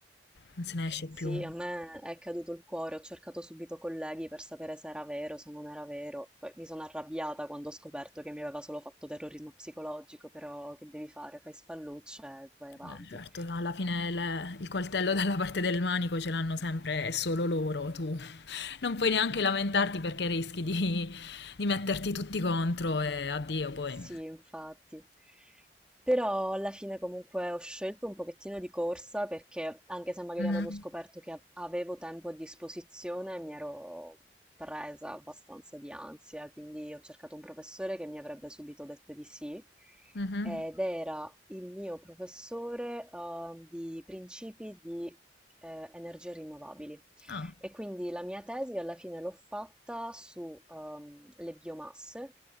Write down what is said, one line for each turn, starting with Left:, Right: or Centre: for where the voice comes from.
Left: non se ne esce
Centre: Sì,
Left: più.
Centre: a me è caduto il cuore, ho cercato subito colleghi per sapere se era vero, se non era vero. Poi mi sono arrabbiata quando ho scoperto che mi aveva solo fatto terrorismo psicologico, però che devi fare? Fai spallucce e vai avanti.
Left: Eh, certo, alla fine il, il coltello dalla parte del manico ce l'hanno sempre, è solo loro, tu non puoi neanche lamentarti perché rischi di, di metterti tutti contro e addio poi.
Centre: Sì, infatti. Però alla fine comunque ho scelto un pochettino di corsa perché anche se magari
Left: Mhm,
Centre: avevo scoperto che avevo tempo a disposizione, mi ero presa abbastanza di ansia, quindi ho cercato un professore che mi avrebbe subito detto di sì
Left: mhm.
Centre: ed era il mio professore eh, di principi di eh, energie rinnovabili.
Left: Ah,
Centre: E quindi la mia tesi alla fine l'ho fatta sulle biomasse